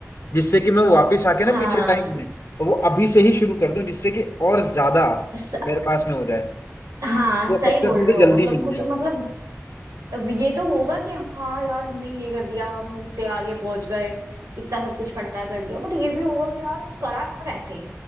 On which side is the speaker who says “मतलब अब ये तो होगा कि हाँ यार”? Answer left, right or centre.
Right